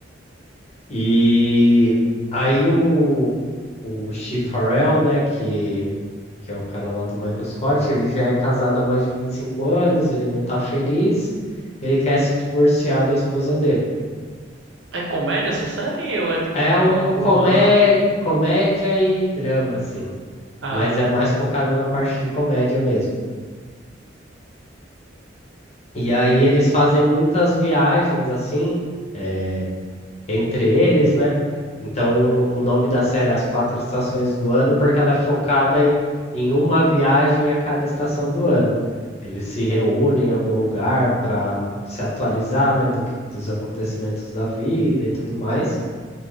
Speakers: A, on the left (about 35°); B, on the right (about 70°).
A: E aí o, o Steve Farrell, né, que, que é o cara lá do Michael Scott, ele já é casado há mais de 25 anos, ele não tá feliz, ele quer se divorciar da esposa dele.
B: É comédia essa série ou é tipo
A: É
B: mais
A: um
B: um romance?
A: comé comédia e drama, assim,
B: Ah,
A: mas é mais focada na parte de comédia mesmo. E aí eles fazem muitas viagens, assim, eh, entre eles, né? Então, o nome da série é As Quatro Estações do Ano, porque ela é focada em, em uma viagem a cada estação do ano. Eles se reúnem em algum lugar para se atualizar, né, do que- dos acontecimentos da vida e tudo mais.